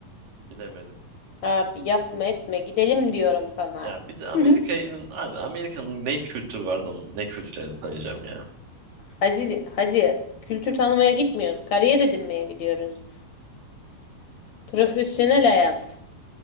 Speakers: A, on the right; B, on the left.
A: Bilemedim.
B: Abi yapma etme gidelim diyorum sana.
A: Ya bir de
B: <laughs>
A: Amerika'nın abi Amerika'nın ne kültürü vardı onun, ne kültürlerini tanıyacağım ya.
B: Hacı, hacı kültür tanımaya gitmiyoruz. Kariyer edinmeye gidiyoruz. Profesyonel hayat.